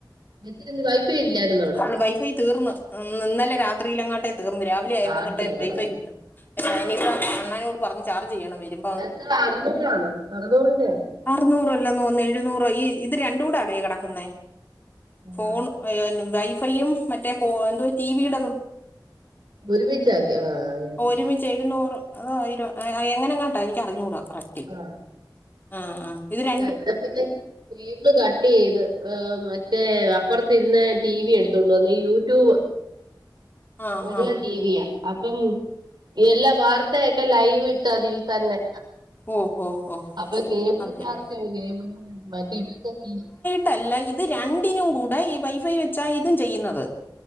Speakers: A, on the right; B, on the left.
A: നെറ്റിൽ ഇന്ന് വൈഫൈ ഇല്ലായിരുന്നോ
B: <unintelligible>
A: അവിടെ
B: വൈഫൈ തീർന്ന് ന്ന് ന്നലെ രാത്രിയിലങ്ങാട്ടെ തീർന്ന് രാവിലെ ആയപ്പം
A: ചാർജ്
B: തൊട്ടേ
A: ചെയ്യണമായിരുന്നു
B: വൈഫൈ കിട്ടു ഞാനിപ്പം അണ്ണാനോട് പറഞ് ചാർജ് ചെയ്യണം വരും
A: ഡാറ്റ അറുന്നൂറാണോ അറുന്നൂറിന്റെ ആണ്
B: അറുന്നൂറോ അല്ല നോന്ന് എഴുന്നൂറോ ഈ ഇത് രണ്ടുടെ ആടേ കെടക്കുന്നേ
A: ആണോ
B: ഫോണ് വയ് വൈഫൈയും മറ്റേ ഫോ എന്തുവാ ടിവിയുടതും
A: ഒരുമിച്ച് ആകി ആഹ്
B: ഓഹ് ഒരുമിച്ച് എഴുന്നൂറ് അതോ ആയിരൊ എങ്ങനെങ്ങാട്ടാ എനിക്ക് അറിഞ്ഞൂടാ കറക്
A: ആഹ്
B: ആഹ് ആഹ് ഇത് ര
A: ആഹ് ഇവിടെ പിന്നെ ടീ ഇന്ന് കട്ട് ചെയ്ത് ഏഹ് മറ്റേ അപ്പൊറത്തിരുന്നെ ടി വി എടുത്തോണ്ട് വന്ന് യൂട്യൂബ്
B: ആ
A: പുതിയ
B: ആ
A: ടി വി യാ. അപ്പം എല്ലാ വാർത്തയൊക്കെ ലൈവ് ഇട്ട് അതിൽ തന്നെ
B: ഓ ഓ ഓ
A: അപ്പ കേബിൾ
B: അത് ശരി
A: ചാർജോ കേബിളിൻ്റെ മറ്റേ ഇവട്ത്തെ സി
B: തല്ല ഇത് രണ്ടിനും കൂടെ ഈ വൈഫൈ വെച്ചാ ഇതും ചെയ്യുന്നത്.